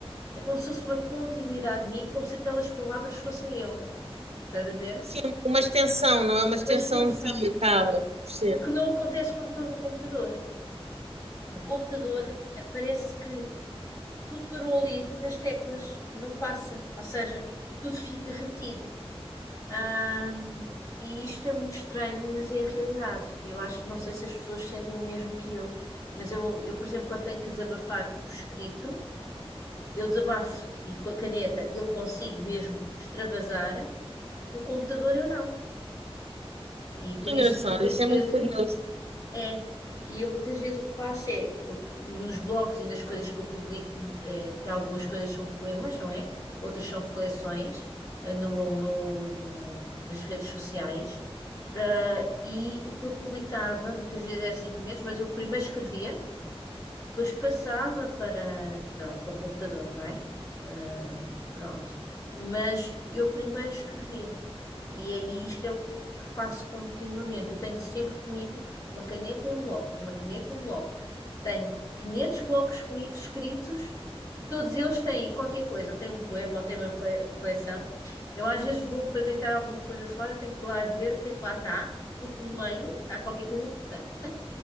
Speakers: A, on the left; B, on the right.
A: é como se fosse uma continuidade de mim, como se aquelas palavras fossem eu. Estás a ver?
B: Sim, uma extensão, não é uma extensão
A: Uma extensão.
B: de ti, acaba por ser.
A: O que não acontece quando estou no computador. No computador eh, parece que tudo parou ali nas teclas, não passa, ou seja, tudo fica retido. Ahm, e isto é muito estranho, mas é a realidade. Eu acho, não sei se as pessoas sentem o mesmo que eu, mas eu, eu, por exemplo, quando tenho que desabafar por escrito, eu desabafo e com a caneta eu consigo mesmo extravasar e com o computador eu não. E por
B: Que engraçado,
A: isso muitas
B: isso
A: vezes
B: é muito curioso.
A: É, e eu muitas vezes o que faço é, eu, nos blogs e nas coisas que eu publico, eh, que algumas coisas são poemas, não é? Outras são reflexões, eh, no, meu- no- nas redes sociais. Ah, e o que eu publicava, muitas vezes eram sentimentos, mas eu primeiro escrevia, depois passava para, para, para o computador, não é? Ah, pronto. Mas eu primeiro escrevia. E é isto é o que faço continuamente. Eu tenho sempre comigo uma caneta e um bloco, uma caneta e um bloco. Tenho 500 blocos comigo escritos e todos eles têm qualquer coisa. Ou têm um poema, ou têm uma fle- reflexão. Eu às vezes vou para deitar alguma coisa fora, tenho que lá ver o que é que lá está, porque no meio está qualquer coisa importante.